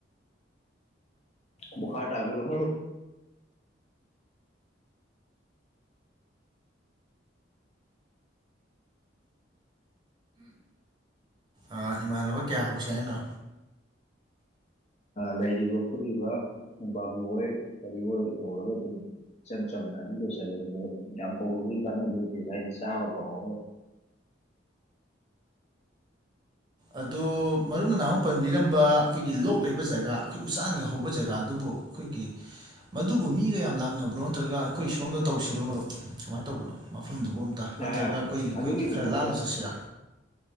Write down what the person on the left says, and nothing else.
ꯃꯈꯥ ꯇꯕꯤꯔꯛꯎꯨ ꯃꯔꯨꯞ꯫
ꯂꯩꯔꯤꯕ ꯐꯨꯂꯤꯕ ꯕꯥꯕꯨꯍꯣꯏ ꯀꯔꯤ ꯍꯣꯏ ꯍꯧꯔꯒ ꯑꯗꯨꯝ ꯏꯆꯝ ꯆꯝꯅ ꯑꯗꯨꯝ ꯂꯣꯏꯁꯤꯜꯂꯒꯦ ꯃꯔꯨꯞ ꯌꯥꯝ ꯍꯧꯔꯨꯕꯒꯤ ꯀꯥꯟꯅꯕ ꯍꯥꯏꯗꯤ ꯆꯥꯕ ꯐꯪꯍꯧꯔꯣꯢ꯫
ꯌꯥꯏ ꯌꯥꯏ
ꯑꯗꯨꯒꯤ
ꯃꯐꯝꯗꯣ